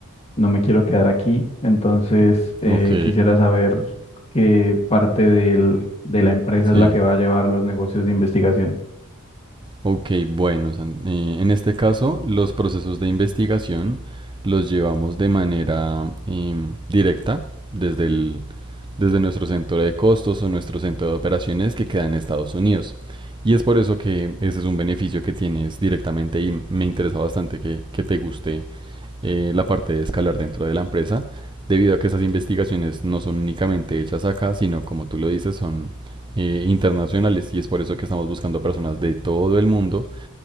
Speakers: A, on the left; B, on the right.
A: No me quiero quedar aquí, entonces eh,
B: Ok,
A: quisiera saber qué parte del- de la empresa
B: Sí,
A: es la que va a llevar los negocios de investigación.
B: ok, bueno, San- eh, en este caso los procesos de investigación los llevamos de manera em, directa desde el desde nuestro centro de costos o nuestro centro de operaciones que queda en Estados Unidos. Y es por eso que ese es un beneficio que tienes directamente y me interesa bastante que, que te guste eh, la parte de escalar dentro de la empresa, debido a que esas investigaciones no son únicamente hechas acá, sino como tú lo dices, son eh, internacionales y es por eso que estamos buscando personas de todo el mundo